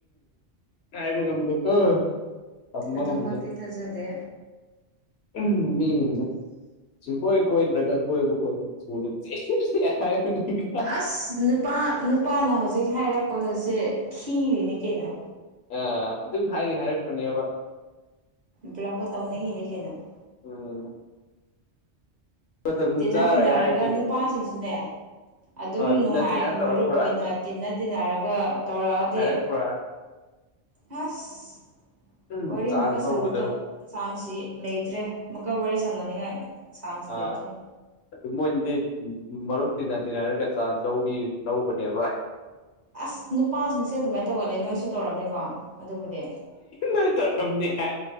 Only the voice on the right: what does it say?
ꯑꯗꯨꯃꯛꯇꯤ
ꯊꯥꯖꯗꯦ
ꯑꯁ ꯅꯨꯄꯥ ꯅꯨꯄꯥꯅ ꯍꯧꯖꯤꯛ ꯍꯥꯏꯔꯛꯄꯒꯁꯦ ꯈꯤꯔꯤꯅꯦ ꯀꯩꯅꯣ
ꯕ꯭ꯂꯣꯅꯅꯤ ꯀꯦꯅ <unintelligible>
ꯇꯤꯟꯅ
ꯇꯤꯟꯅꯔꯒ
ꯅꯨꯄꯥꯁꯤꯡꯁꯨꯅꯦ ꯑꯗꯨꯝ
ꯅꯨꯡꯉꯥꯏꯅ
ꯃꯔꯨꯞ
ꯑꯣꯏꯅ ꯇꯤꯟꯅ ꯇꯤꯟꯅꯔꯒ ꯇꯧꯔꯛꯑꯗꯤ
ꯐꯁ
ꯋꯥꯔꯤ
ꯃꯨꯀ ꯁꯥꯟꯅꯗ
ꯁꯥꯟꯁꯤ ꯂꯩꯇ꯭ꯔꯦ ꯑꯃꯨꯛꯀ ꯋꯥꯔꯤ ꯁꯥꯟꯅꯅꯤꯡꯉꯥꯏ ꯆꯥꯟꯁ
ꯂꯩꯇ꯭ꯔꯦ
ꯑꯁ ꯅꯨꯄꯥꯁꯤꯡꯁꯦ ꯑꯗꯨꯃꯥꯏ ꯇꯧꯒꯂ ꯅꯣꯏꯁꯨ ꯇꯧꯔꯝꯅꯤꯀꯣ ꯑꯗꯨꯕꯨꯗꯤ